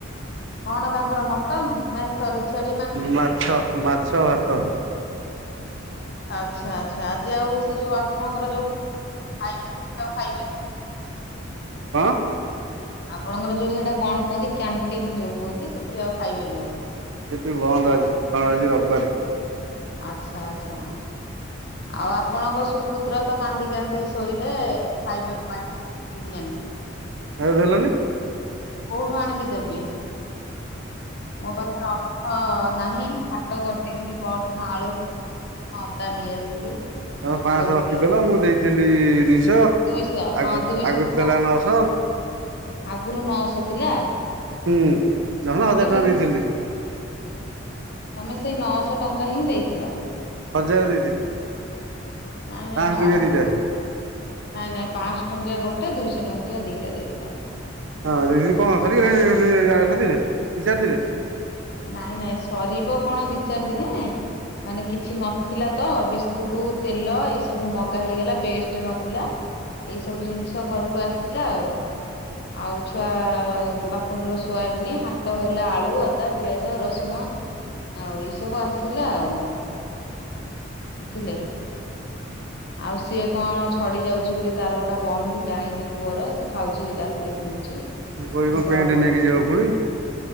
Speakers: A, on the left; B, on the right.
A: କଣ ତାଙ୍କର ମଟନ ନାଇ ସରି ଛେଳି ମା
B: ମାଛ ମାଛ ଭାତ।
A: ଆଚ୍ଛା ଆଚ୍ଛା। ଆଜି ଆଉ ସେ ଯୋଉ ଆପଣଙ୍କର ଯୋଉ ଖାଇବା ସେଠି ଆଉ ଖାଇବେନି?
B: କଣ?
A: ଆପଣଙ୍କର ଯୋଉ ସେଇଟା କଣ କୁହନ୍ତି କ୍ୟାଣ୍ଟିନ ଯୋଉ କୁହନ୍ତି ସେଠି ଆଉ ଖାଇବେନି ବୋଧେ?
B: ସେଇଠି ବନ୍ଦ ଆଜି କାରଣ ଆଜି ରବିବାର।
A: ଆଚ୍ଛା ଆଚ୍ଛା। ଆଉ ଆପଣଙ୍କ ଶୁ ପୁତ୍ର ତ କାନ୍ଦି କାନ୍ଦି ଶୋଇଲେ ଖାଇବା ପାଇଁ ବିରିୟାନୀ
B: ଖାଇବାକୁ ଦେଲାଣି,
A: କୋଉଠୁ ଆଣିକି ଦେବି? ମୋ ପାଖରେ ଅର୍ଥ ନାହିଁ। ହାଟ କରିଦେଇଥିଲି ପଦିନ ଆଳୁ ମୁଁ ଅଦା ନେଇ ଆସିଥିଲି।
B: ହ ପାଞ୍ଚଶହ
A: ଆଉ ଝିଅ
B: ରଖିଥିଲ ମୁଁ ଦେଇଥିଲି ଦୁଇଶହ
A: ଦୁଇଶହ ହଁ
B: ଆଗ
A: ଦୁଇଶହ
B: ଆଗରୁ
A: ଟଙ୍କା
B: ଥିଲା ନଅଶହ।
A: ଆଗରୁ ନଅଶହ ଥିଲା।
B: ହୁଁ ନହେଲେ ହଜାର
A: କେମିତି
B: ଟଙ୍କା ଦେଇଥିଲି।
A: ତମେ ସେଇ ନଅଶହ ଟଙ୍କା ହିଁ ଦେଇଥିଲ।
B: ହଜାର ଦେଇଥିଲି।
A: ନାଇଁ ନାଇଁ
B: ପାଞ୍ଚଶହ
A: ନଅଶହ
B: ଟଙ୍କିଆ ଦିଟା
A: ଟଙ୍କା। ନାଇଁ ନାଇଁ ପାଞ୍ଚଶହ ଟଙ୍କିଆ ଗୋଟେ ଦୁଇଶହ ଟଙ୍କିଆ ଦିଟା ଦେଇଥିଲ।
B: ହଁ ଦେଇଥିଲି କଣ ସରିଗଲା ସାଥିରେ ଦି ଚାର ଦିନରେ।
A: ନାଇଁ ନାଇଁ ସରିବ କଣ ଦି ଚାର ଦିନେ। ମାନେ କିଛି ନଥିଲା ତ ବିସ୍କୁଟ ତେଲ ଏ ସବୁ ମଗା ହେଇଗଲା ପେଷ୍ଟ ନଥିଲା। ଏଇ ସବୁ ଜିନିଷ ଘରକୁ ଆସିଲା ଆଉ ଆଉ ଛୁଆ ବାପୁନର ସୋୟାବିନ ହାଟ ହେ ହେଲା ଆଳୁ ଅଦା ପିଆଜ ରସୁଣ ଆଉ ଏଇ ସବୁ ଆସିଲା ଆଉ ବୁଝିଲେ?
B: ହ
A: ଆଉ ସିଏ କଣ ଝଡି ଯାଉଛି ବୋଲି ତାର ଗୋଟେ ବନଭିଟା ଆଇଁଲିି ପୁଅର ସେ ଖାଉଛି ରାତିରେ ପିଉଛି।
B: ମୁଁ କହିବି
A: କ୍ଷୀର
B: କଣ ପ୍ୟାଣ୍ଟ
A: ହବ।
B: ନେଇକି ଯିବାକୁ ପୁଣି